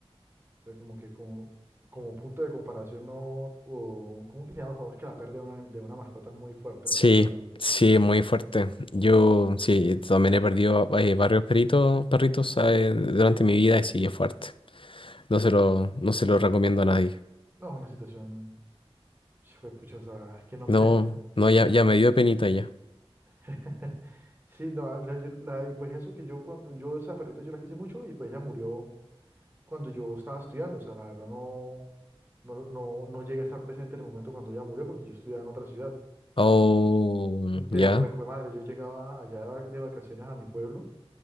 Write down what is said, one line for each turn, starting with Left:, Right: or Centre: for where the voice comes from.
Right: sea, como que como, como punto de comparación, no, o, ¿cómo que se llama? Cuando Es que la pérdida de una, de una mascota es muy fuerte,
Left: sí,
Right: la verdad, la verdad.
Left: sí, muy fuerte. Yo, sí, también he perdido eh, varios perritos, perritos eh, durante mi vida y sí, es fuerte. No se lo, no se lo recomiendo a nadie.
Right: No, es una situación Hijo de pucha, o sea, que no
Left: No,
Right: sé.
Left: no, ya, ya me dio penita ya.
Right: <laughs> Sí, la, la- yo- la- y pues eso que yo cuando yo esa perrita yo la quise mucho y pues ella murió cuando yo estaba estudiando, o sea, la verdad no, no, no, no llegué a estar presente en el momento cuando ella murió porque yo estudiaba en otra ciudad.
Left: Oh,
Right: Mm,
Left: ya,
Right: Pero pues, fue madre, yo llegaba allá de vacaciones a mi pueblo